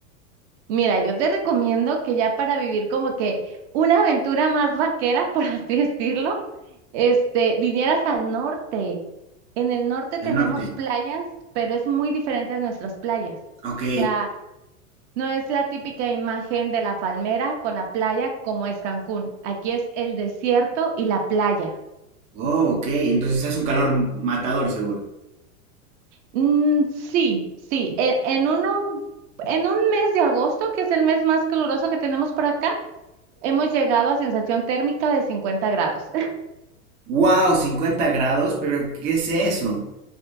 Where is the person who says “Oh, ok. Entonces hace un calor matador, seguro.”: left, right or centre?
Right